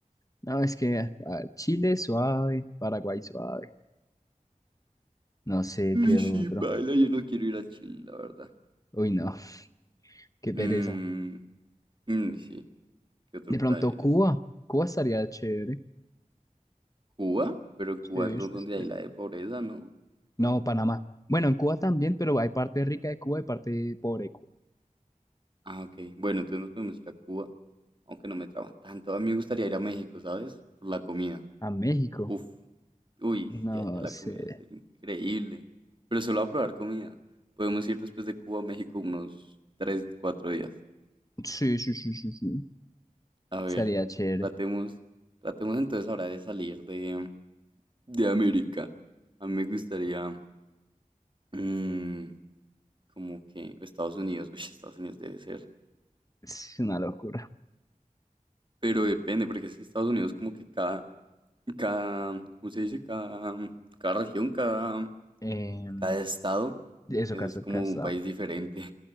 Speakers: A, on the left (about 25°); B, on the right (about 35°).
A: No, es que a ver, Chile suave, Paraguay suave. No sé
B: Uy,
A: qué
B: <laughs>
A: otro.
B: sí, baila, yo no quiero ir a Chile, la verdad.
A: Uy, no, <laughs> qué
B: Mm,
A: pereza.
B: mm, sí, ¿qué otro
A: De pronto
B: país?
A: Cuba. Cuba estaría chévere.
B: Cuba, pero Cuba
A: Sí,
B: es lo
A: sí,
B: donde
A: sí,
B: hay
A: sí.
B: la de pobreza, ¿no?
A: No, Panamá. Bueno, en Cuba también, pero hay parte rica de Cuba y parte pobre de Cuba.
B: Ah, ok. Bueno, entonces nos podemos ir a Cuba, aunque no me traba tanto. A mí me gustaría ir a México, ¿sabes? Por la comida.
A: A México.
B: Uf. Uy,
A: No
B: sí, allá la
A: sé.
B: comida debe ser increíble. Pero solo a probar comida. Podemos ir después de Cuba a México unos 3, 4 días.
A: Sí, sí, sí, sí, sí.
B: A ver,
A: Estaría chévere.
B: tratemos, tratemos entonces ahora de salir de, de América. A mí me gustaría, mm, como que Estados Unidos, uy, Estados Unidos debe ser.
A: Es una locura.
B: Pero depende, porque es que Estados Unidos como que cada, cada, ¿cómo se dice? Cada, cada región, cada,
A: Em,
B: cada estado
A: eso,
B: es
A: caso,
B: como
A: casado.
B: un país diferente.